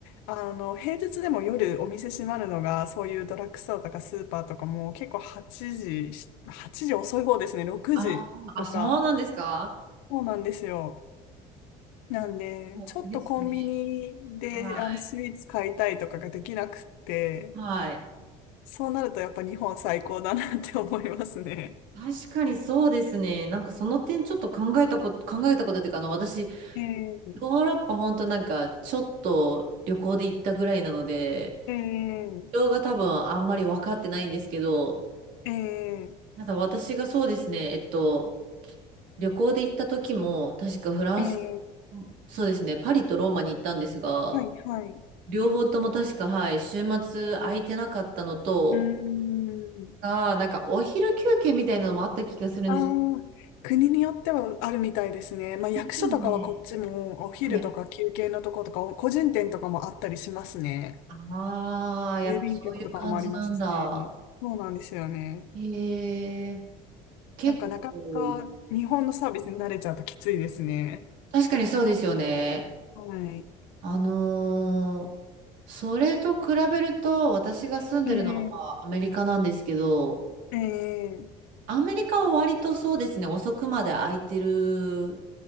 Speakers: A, on the left; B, on the right.
A: あの、平日でも夜お店閉まるのが、そういうドラッグストアとかスーパーとかも結構8時、し8時遅い方ですね、6時とか。
B: あーあ、そうなんですか
A: そうなんですよ。なんで、
B: そうですね。
A: ちょっとコンビニで、
B: はい。
A: あの、スイーツ買いたいとかができなくって、
B: はい。
A: そうなるとやっぱ日本最高だなって思いますね。
B: 確かにそうですね。なんかその点ちょっと考えたこと、考えたことっていうか、あの、私、ヨ
A: ええ
B: ーロッパ本当なんかちょっと旅行で行ったぐらいなので、
A: え
B: 事情が多分あんまり分かってないんですけど、
A: えええ
B: ただ私がそうですね、えっと、旅行で行った時も、確かフランス、
A: ええ
B: そうですね、パリとローマに行ったんですが、
A: はい、はい。う
B: 両方とも確か、はい、週末空いてなかったのと、
A: ーん。
B: あーなんかお昼休憩みたいなのもあった気がするんですよ。
A: ああ、国によってはあるみたいですね。まあ、役所とかはこっちもお昼とか休憩のとことか、
B: ですよね。はい
A: 個人店とかもあったりしますね。
B: ああ、やっぱそういう感じなんだ。
A: 郵便局とかもありますし、そうなんですよね。
B: へえ、結構、
A: なんかなかなか日本のサービスに慣れちゃうときついですね。
B: うん確かにそうですよね。
A: はい。
B: あのーそれと比べると、私が住んでるのは、
A: ええ
B: まあ、アメリカなんですけど、
A: ええ
B: アメリカは割とそうですね、遅くまで空いてる